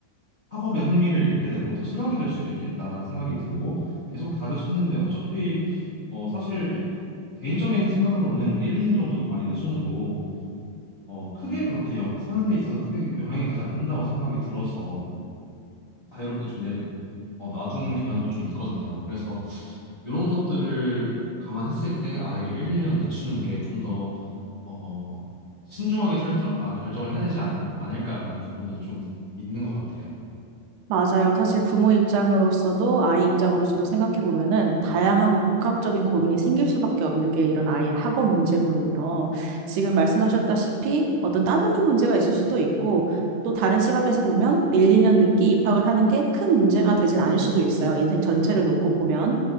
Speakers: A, on the left; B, on the right.
A: 학업에 흥미를 잃게 되고 더 싫어하게 될 수도 있겠다라는 생각이 들고 계속 다그쳤는데 어차피 어, 사실 개인적인 생각으로는 1, 2년 정도 많이 늦춰져도 어, 크게 그렇게 여- 사는 데 있어서 크게 영향이 가지 않는다고 생각이 들어서 자유롭게 좀 내, 어, 놔둔 경향도 좀 있거든요. 그래서 이런 것들을 감안했을 때 아이를 1, 2년 늦추는 게 좀 더, 어, 신중하게 설정, 아, 결정을 해야 되지 않, 않을까라는 부분이 좀 있는 것 같아요.
B: 맞아요. 사실 부모 입장으로서도 아이 입장으로서도 생각해 보면은 다양하고 복합적인 고민이 생길 수밖에 없는 게 이런 아이의 학업 문제거든요. 지금 말씀하셨다시피 어떤 따돌이 문제가 있을 수도 있고 또 다른 시각에서 보면 1, 2년 늦게 입학을 하는 게 큰 문제가 되진 않을 수도 있어요. 인생 전체를 놓고 보면.